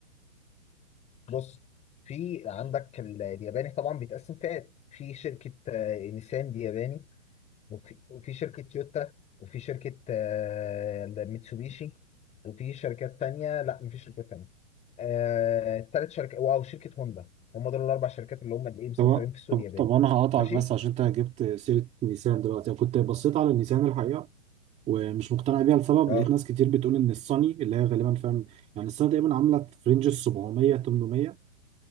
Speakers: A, on the left; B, on the right.
A: بص في عندك ال- الياباني طبعا بيتقسم فئات في شركه آه، نيسان دي ياباني وفي وفي شركه تويوتا وفي شركه آه، ميتسوبيشي وفي شركات تانية لا مفيش شركات تانية آه، تالت شركة واو شركة هوندا هم دول الأربع شركات اللي هم الإيه مسيطرين
B: طب
A: في السوق
B: طب
A: الياباني
B: طب انا هقطعك
A: ماشي؟
B: بس عشان انت جبت سيره نيسان دلوقتي انا كنت بصيت على نيسان الحقيقه ومش مقتنع بيها لسبب
A: اه
B: لقيت ناس كتير بتقول ان الصني اللي هي غالبا فاهم يعني الصني تقريبا عامله في رينج ال 700 800